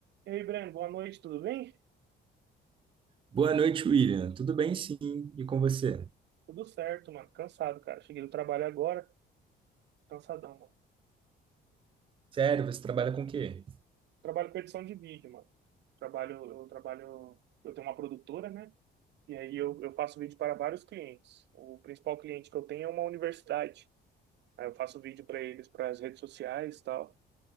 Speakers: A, on the right; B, on the right.
A: E aí, Breno, boa noite, tudo bem?
B: Boa noite, William. Tudo bem, sim. E com você?
A: Tudo certo, mano. Cansado, cara. Cheguei do trabalho agora, cansadão, mano.
B: Sério, você trabalha com o quê?
A: Trabalho com edição de vídeo, mano. Trabalho, eu trabalho, eu tenho uma produtora, né? E aí eu, eu faço vídeo para vários clientes. O principal cliente que eu tenho é uma universidade. Aí eu faço vídeo para eles, para as redes sociais e tal.